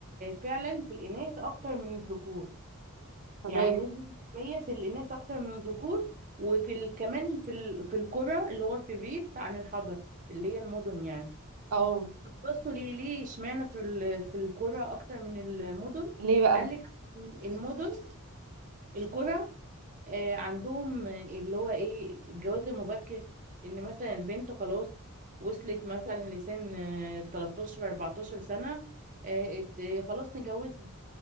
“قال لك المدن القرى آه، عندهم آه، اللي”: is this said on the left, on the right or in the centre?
Right